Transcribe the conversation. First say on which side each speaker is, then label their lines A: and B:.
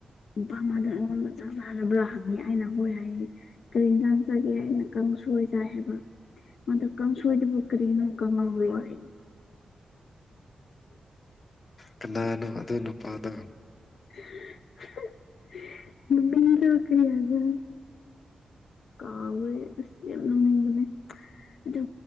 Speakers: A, on the left; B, on the left.
A: ꯅꯨꯄꯥ ꯑꯃꯗꯣ ꯑꯩꯉꯣꯟꯗ ꯆꯥꯛ ꯆꯥꯔꯕ꯭ꯔꯥ ꯍꯪꯉꯤ ꯑꯩꯅ ꯍꯣꯏ ꯍꯥꯏꯌꯦ ꯀꯔꯤ ꯏꯟꯁꯥꯡ ꯆꯥꯒꯦ ꯑꯩꯅ ꯀꯥꯡꯁꯣꯏ ꯆꯥꯏ ꯍꯥꯏꯕ ꯃꯥꯗꯨ ꯀꯥꯡꯁꯣꯏꯗꯨꯕꯨ ꯀꯔꯤꯅꯣ ꯀꯪꯉꯧꯔꯣ ꯍꯥꯏꯌꯦ
B: ꯀꯅꯥꯅꯣ ꯑꯗꯨ ꯅꯨꯄꯥꯗꯣ
A: <unintelligible> ꯃꯃꯤꯡꯗꯨ ꯀꯔꯤ ꯍꯥꯏꯕ꯭ꯔꯥ ꯀꯥꯎꯋꯦ ꯑꯁ ꯌꯥꯝ ꯅꯨꯡꯅꯤꯡꯕꯅꯦ ꯑꯗꯨꯒ